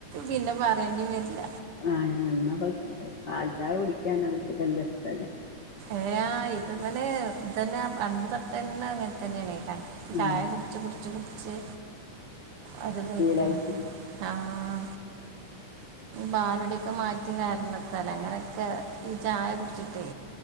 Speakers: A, on the right; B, on the left.
A: പിന്നെ പറയേണ്ടി വരില്ല
B: ആഹ് അന്നപ്പോ സപാൽചായ കുടിക്കാൻ നമുക്കൊക്കെനല്ല ഷ്ടല്ലേ
A: ഏആ ഇത് പെല് ഇതന്നെ പണ്ട് തൊട്ടന്നെങ്ങനെ തന്നെയണക്ക ചായ
B: ആ
A: കുടിച്ച് കുടിച്ച് കുടിച്ച് അതു തയ്ക്കണ്
B: ശീലായിട്ട്
A: ആഹ് ഭാലടൊക്കെ മാറ്റ് റ്റ കാരണത്തൽ അങ്ങനെയൊക്കെ ഈ ചായ കുടിച്ചിട്ടേ